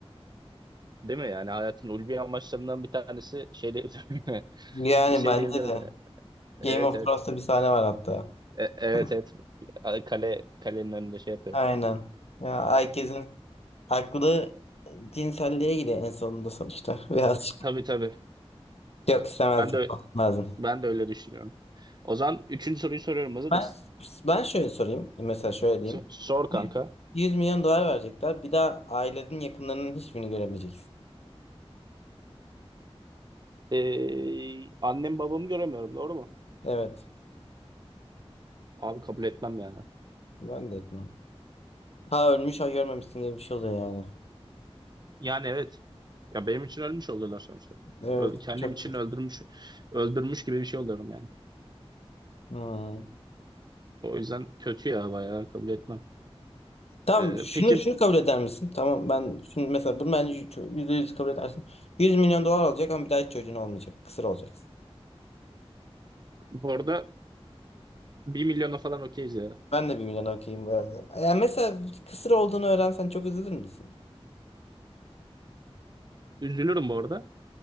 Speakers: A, on the right; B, on the left.
A: Değil mi? Yani hayatın ulvi amaçlarından bir tanesi şey diyebilir <laughs>
B: Yani
A: şey
B: bence
A: diyebiliriz
B: de.
A: yani. Evet
B: Game of
A: evet.
B: Thrones'ta bir sahne var hatta.
A: E- evet
B: <laughs>
A: evet. Kale kalenin önünde şey yapıyor.
B: Aynen. Ya herkesin aklı cinselliğe gidiyor en sonunda sonuçta. <laughs> Birazcık.
A: Tabii tabii.
B: Yok istemezdim.
A: Ben de
B: Korkmazdım.
A: ben de öyle düşünüyorum. O zaman üçüncü soruyu soruyorum. Hazır
B: Ben,
A: mısın?
B: ben şöyle sorayım. Mesela şöyle diyeyim.
A: So- sor kanka.
B: 100 milyon dolar verecekler. Bir daha ailenin yakınlarının hiçbirini göremeyeceksin.
A: Ee, annem babamı göremiyorum. Doğru mu?
B: Evet.
A: Abi kabul etmem ya.
B: Ben de etmem. Ha ölmüş ha görmemişsin gibi bir şey oluyor yani.
A: Yani evet. Ya benim için ölmüş oluyorlar sonuçta.
B: Evet
A: Ö- Kendim
B: çok
A: için
B: kötü.
A: öldürmüş öldürmüş gibi bir şey oluyorum yani.
B: Hmm.
A: O yüzden kötü ya bayağı kabul etmem.
B: Tamam
A: Ee,
B: şunu
A: peki
B: şunu kabul eder misin? Tamam ben şimdi mesela bunu bence yüzde yüz kabul edersin. 100 milyon dolar alacak ama bir daha hiç çocuğun olmayacak. Kısır olacaksın.
A: bu arada 1 milyona falan okeyiz ya.
B: Ben de bir milyon okeyim bu arada. Ya mesela kısır olduğunu öğrensen çok üzülür müsün?
A: Üzülürüm bu arada.